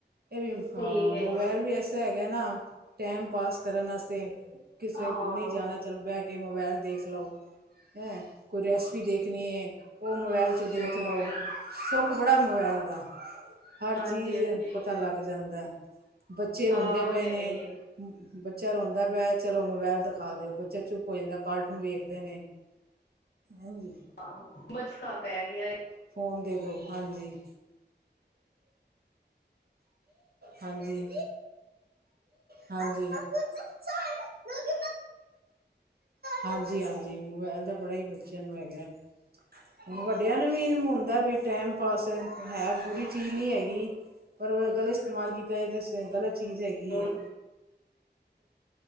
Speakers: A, on the right; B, on the left.
A: ਇਹ ਵੀ ਹ
B: ਠੀਕ ਹੈ
A: ਮੋਬਾਈਲ ਵੀ ਅਸ ਹੈਗੇ ਨਾ ਟਾਈਮ ਪਾਸ ਕਰਨ ਵਸਤੇ ਕਿਸੇ
B: ਹਾਂ
A: ਕਿ ਨਹੀਂ ਜਾਣਾ ਚਲੋ ਬਹਿ ਕੇ ਮੋਬਾਇਲ ਦੇਖ ਲਓ ਹੈਂ ਕੋਈ ਰੈਸਪੀ ਦੇਖਣੀ ਐ। ਉਹ ਮੋਬਾਇਲ ਚ ਦੇਖ
B: ਹਾਂ
A: ਲਾਓ ਸੁਖ ਬੜਾ ਮੋਬਾਇਲ ਦਾ। ਹਰ
B: ਹਾਂਜੀ
A: ਚੀਜ਼
B: ਹਾਂਜੀ
A: ਪਤਾ ਲੱਗ ਜਾਂਦਾ ਹੈ। ਬੱਚੇ ਰੋਂਦੇ
B: ਹਾਂ ਉਹ
A: ਪਏ
B: ਤੇ
A: ਨੇ।
B: ਹੈ ਹੀ ਹੈ
A: ਬੱਚਾ ਰੋਂਦਾ ਪਿਆ, ਚਲੋ ਮੋਬਾਇਲ ਦਿਖਾ ਖਾ ਦਿਓ ਬੱਚਾ ਚੁੱਪ ਹੋ ਜਾਂਦਾ, ਕਾਰਟੂਨ ਵੇਖਦੇ ਨੇ ਹਜੀ
B: ਹਾਂ, ਬਚਕਾ ਪੈ ਗਿਆ ਏ।
A: ਫੋਨ ਦੇ ਦੋ ਹਾਂਜੀ ਹਾਂਜੀ। ਹਾਂਜੀ <unintelligible>
B: ਹ
A: ਹਾਂਜੀ ਹਾਂਜੀ। ਮੋਬਾਇਲ ਤਾਂ ਬੜਾ ਹੀ ਬੱਚਿਆਂ ਨੂੰ ਹੈਗਾ। ਹੁਣ ਵੱਡਿਆਂ ਨੂੰ ਵੀ ਹੁੰਦਾ ਬਈ ਟਾਈਮ ਪਾਸ ਹੈ ਬੁਰੀ ਚੀਜ਼ ਨਹੀਂ ਹੈਗੀ। ਪਰ ਗਲਤ ਇਸਤੇਮਾਲ ਕੀਤਾ ਜਾ ਤੇ ਗਲਤ ਚੀਜ਼ ਹੈਗੀ। ਕੀ
B: ਫੋਨ
A: ਏ।